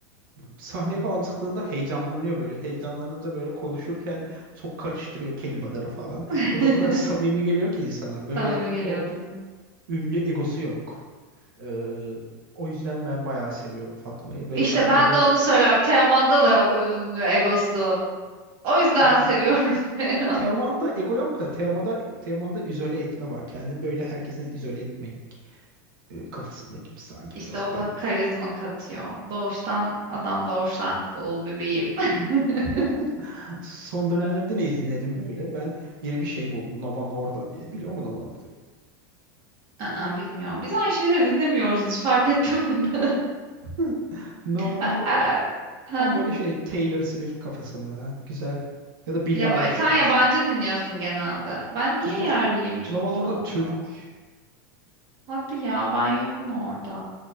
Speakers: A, on the right; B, on the right.
A: sahneye falan çıktığında heyecanlanıyor böyle. Heyecanlanınca böyle konuşurken çok karıştırıyor kelimeleri falan.
B: <laughs>
A: O da o kadar samimi geliyor ki insana. Böyle
B: Samimi geliyor
A: o
B: değil mi?
A: ünlü egosu yok. Ee, o yüzden ben bayağı seviyorum Fatma'yı ve
B: İşte
A: şarkılarına
B: ben de onu söylüyorum. Teoman'da da yok ünlü egosu. O yüzden
A: var.
B: seviyorum. <laughs>
A: Teoman'da ego yok da Teoman'da, Teoman'da izole etme var. Kendini böyle herkesten izole etmek e, kafasında gibi sanki
B: İşte
A: biraz
B: o
A: böyle.
B: da karizma katıyor. Doğuştan adam doğuştan cool bebeğim. <laughs>
A: <laughs> Son dönemlerde ne izledim böyle? Ben yeni bir şey buldum. Nova Norda diye. Biliyor musun Nova Norda'yı?
B: Aa, bilmiyorum. Biz aynı şeyleri dinlemiyoruz hiç fark ettim de ben.
A: <laughs> Nova
B: <laughs>
A: Norda
B: Aa,
A: tam
B: aha.
A: böyle şey Taylor Swift kafasında. Güzel. Ya da Billie
B: Ya ba-
A: Eilish
B: sen
A: kafası.
B: yabancı dinliyorsun genelde. Ben niye
A: Kız yok.
B: yerliyim çok
A: Nova
B: fazla?
A: Norda Türk.
B: Hadi ya ben yokum orada.